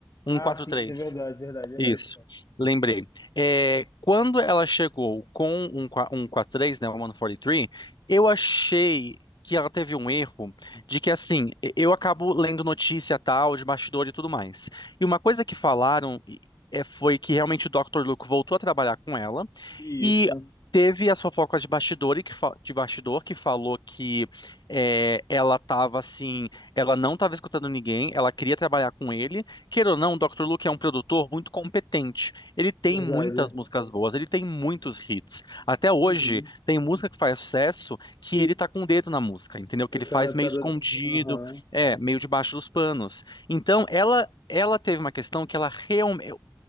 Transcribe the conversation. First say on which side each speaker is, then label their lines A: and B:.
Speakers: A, on the left (about 85°); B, on the left (about 50°).
A: cento
B: Ah,
A: e quarenta
B: sim,
A: e três.
B: isso é verdade, verdade, verdade.
A: Isso, lembrei. É, quando ela chegou com um, qua- um 43, né, um o três, eu achei que ela teve um erro de que, assim, e- eu acabo lendo notícia tal, de bastidor e tudo mais. E uma coisa que falaram e- é, foi que realmente o Dr. Luke voltou a trabalhar com ela
B: Isso,
A: e teve as fofocas de bastidor, e que, fa- de bastidor que falou que é, ela tava, assim, ela não estava escutando ninguém, ela queria trabalhar com ele, Queira ou não, o Dr. Luke é um produtor muito competente. Ele tem
B: verdade.
A: muitas músicas boas, ele tem muitos hits. Até hoje,
B: Uhum.
A: tem música que faz sucesso que ele tá com o dedo na música, entendeu? Que
B: É
A: ele faz
B: canetada.
A: meio escondido,
B: Aham.
A: é, meio debaixo dos panos. Então, ela. Ela teve uma questão que ela realmente.